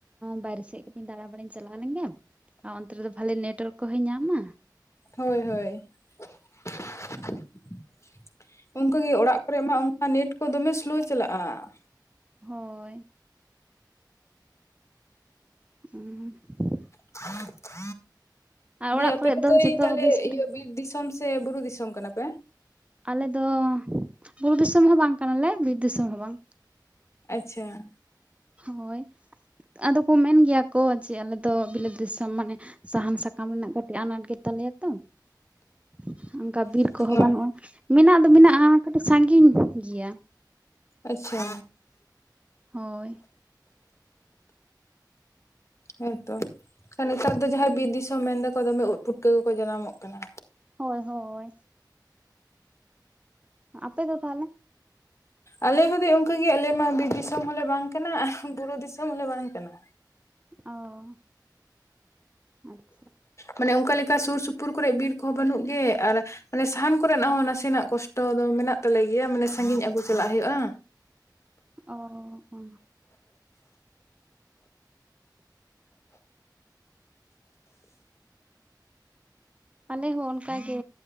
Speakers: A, on the right (about 15°); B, on the left (about 40°).
A: ᱵᱟᱭᱨᱮ ᱥᱮᱫ ᱠᱟᱹᱴᱤᱡ ᱫᱟᱬᱟ ᱵᱟᱲᱟᱧ ᱪᱟᱞᱟᱣ ᱞᱮᱱᱜᱮ ᱾ ᱟᱨ ᱚᱱᱛᱮ ᱨᱮ ᱫᱚ, ᱵᱷᱟᱞᱮ ᱱᱮᱴᱳᱣᱟᱨᱠ ᱠᱚᱦᱚᱸᱭ ᱧᱟᱢᱟ ᱾
B: ᱦᱳᱭ, ᱦᱳᱭ ᱾ <inaudible> <unintelligible> ᱚᱱᱠᱟ ᱜᱮ, ᱚᱲᱟᱜ ᱠᱚᱨᱮ ᱢᱟ, ᱚᱱᱠᱟ ᱱᱮᱴ ᱠᱚ, ᱫᱚᱢᱮ ᱥᱳᱞᱳ ᱪᱟᱞᱟᱜᱼᱟ ᱾
A: ᱦᱳᱻᱭ, ᱾ ᱩᱸᱻ, ᱾
B: <unintelligible>
A: ᱟᱨ ᱚᱲᱟᱜ
B: ᱫᱟᱹᱭ, ᱟᱯᱮ
A: ᱠᱚᱨᱮ
B: ᱠᱚᱫᱚ
A: ᱫᱚ ᱡᱚᱛᱚ
B: ᱛᱟᱦᱞᱮ
A: ᱵᱮᱥ ᱵᱟᱲᱟ
B: ᱤᱭᱟᱹ ᱵᱤᱨ ᱫᱤᱥᱚᱢ? ᱥᱮ, ᱵᱩᱨᱩ ᱫᱤᱥᱚᱢ ᱠᱟᱱᱟ ᱯᱮ?
A: ᱟᱞᱮ ᱫᱚ, ᱵᱩᱨᱩ ᱫᱤᱥᱚᱢ ᱦᱚᱸ ᱵᱟᱝ ᱠᱟᱱᱟᱞᱮ, ᱵᱤᱨ ᱫᱤᱥᱚᱢ ᱦᱚᱸ ᱵᱟᱝ ᱾
B: ᱟᱪᱪᱷᱟ, ᱾
A: ᱦᱳᱭ, ᱟᱫᱚ ᱠᱚ, ᱢᱮᱱ ᱜᱮᱭᱟ ᱠᱚ, ᱡᱮ ᱟᱞᱮ ᱛᱚ ᱵᱤᱞᱟᱹᱛ ᱫᱤᱥᱚᱢ, ᱢᱟᱱᱮ ᱥᱟᱦᱟᱱ ᱥᱟᱠᱟᱢ ᱨᱮᱱᱟᱜ ᱠᱟᱹᱴᱤᱡ ᱟᱱᱟᱴ ᱜᱮ ᱛᱟᱞᱮᱭᱟ ᱛᱚ ᱾ ᱚᱱᱠᱟ ᱵᱤᱨ ᱠᱚᱦᱚᱸ
B: ᱚ
A: ᱵᱟᱹᱱᱩᱜᱼᱟ, ᱢᱮᱱᱟᱜ ᱫᱚ ᱢᱮᱱᱟᱜᱼᱟ ᱠᱟᱹᱴᱤᱡ ᱥᱟᱺᱜᱤᱧ ᱜᱮᱭᱟ᱾
B: ᱟᱪᱪᱷᱟ᱾
A: ᱦᱳᱭ᱾
B: ᱦᱳᱭ ᱛᱚ᱾ ᱱᱮᱛᱟᱨ ᱫᱚ ᱡᱟᱦᱟᱸᱭ ᱵᱤᱨ ᱫᱤᱥᱚᱢ ᱢᱮᱱ ᱫᱟᱠᱚ ᱫᱚᱢᱮ ᱩᱫ ᱯᱩᱴᱠᱟᱹ ᱠᱚᱠᱚ ᱡᱟᱱᱟᱢᱚᱜ ᱠᱟᱱᱟ᱾
A: ᱦᱳᱭ ᱦᱳᱭ᱾ ᱟᱯᱮ ᱫᱚ ᱛᱟᱦᱞᱮ?
B: ᱟᱞᱮ ᱦᱚᱸ ᱫᱤ ᱚᱝᱠᱟᱜᱮ ᱟᱞᱮᱢᱟ ᱵᱤᱨ ᱫᱤᱥᱚᱢ ᱦᱚᱸᱞᱮ ᱵᱟᱝ ᱠᱟᱱᱟ ᱟᱨ ᱵᱩᱨᱩ ᱫᱤᱥᱚᱢ ᱦᱚᱸᱞᱮ ᱵᱟᱝ ᱠᱟᱱᱟ᱾
A: ᱚ, ᱟᱪᱪᱷᱟ᱾
B: ᱢᱟᱱᱮ ᱚᱱᱠᱟ ᱞᱮᱠᱟ ᱥᱩᱨ-ᱥᱩᱯᱩᱨ ᱠᱚᱨᱮᱫ ᱵᱤᱨ ᱠᱚᱦᱚᱸ ᱵᱟᱹᱱᱩᱜ ᱜᱮ ᱟᱨ ᱢᱟᱱᱮ ᱥᱟᱦᱟᱱ ᱠᱚᱨᱮᱱᱟᱜ ᱦᱚᱸ ᱱᱟᱥᱮᱱᱟᱜ ᱠᱚᱥᱴᱚ ᱫᱚ ᱢᱮᱱᱟᱜ ᱛᱟᱞᱮ ᱜᱮᱭᱟ ᱢᱟᱱᱮ ᱥᱟᱺᱜᱤᱧ ᱟᱹᱜᱩ ᱪᱟᱞᱟᱜ ᱦᱩᱭᱩᱜᱼᱟ᱾
A: ᱚ, ᱚ᱾ ᱟᱞᱮ ᱦᱚᱸ ᱚᱱᱠᱟ ᱜᱮ᱾